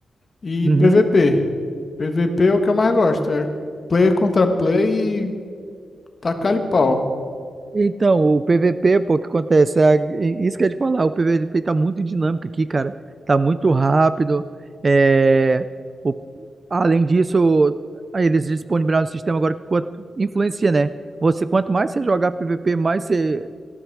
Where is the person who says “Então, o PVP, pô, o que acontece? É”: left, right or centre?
Right